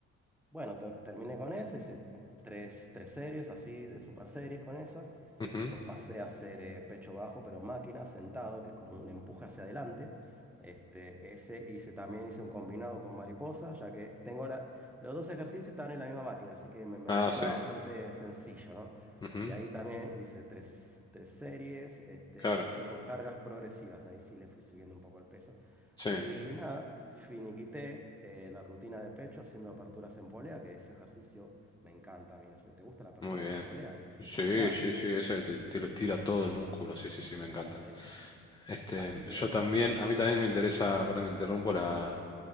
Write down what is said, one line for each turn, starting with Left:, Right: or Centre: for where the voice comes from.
Centre: bueno, ter- terminé con eso, hice tres, tres series así, de super series con eso.
Left: Ujú.
Centre: Después pasé a hacer eh, pecho bajo, pero máquina, sentado, que es como un empuje hacia adelante. Este, ese hice también, hice un combinado con mariposa, ya que tengo la, los dos ejercicios están en la misma máquina, así que me, me
Left: Ah,
Centre: resultaba
Left: sí.
Centre: bastante sencillo, ¿no?
Left: ujú,
Centre: De ahí también hice tres, tres series, este,
Left: Claro.
Centre: hice con cargas progresivas, ahí sí le fui subiendo un poco el peso.
Left: Sí,
Centre: Y nada, finiquité eh, la rutina de pecho haciendo aperturas en polea, que ese ejercicio me encanta a mí. No sé, ¿te gustan las aperturas
Left: muy bien.
Centre: en polea? Es
Left: Sí,
Centre: impresionante.
Left: sí,
Centre: Es,
Left: sí, ese te, te lo tira todo el músculo, sí, sí, sí, me encanta.
Centre: es- es-
Left: Este,
Centre: así que,
Left: yo también, a mí también me interesa, perdón, te interrumpo la,